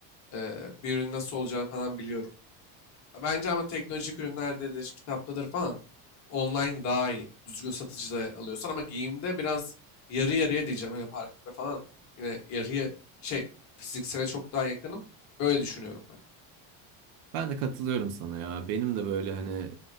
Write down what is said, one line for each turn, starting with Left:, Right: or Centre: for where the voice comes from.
Left: e, bir ürün nasıl olacağını falan biliyorum. Bence ama teknolojik ürünlerdedir, kitaptadır falan. Online daha iyi. Düzgün satıcıda alıyorsan ama giyimde biraz yarı yarıya diyeceğim. Hele parfümde falan yine yarıya şey fiziksele çok daha yakınım. Öyle düşünüyorum ben.
Right: Ben de katılıyorum sana ya. Benim de böyle hani